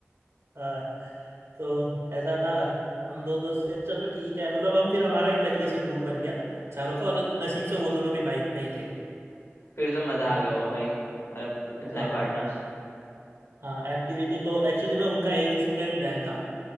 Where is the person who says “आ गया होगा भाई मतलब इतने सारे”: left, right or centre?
Left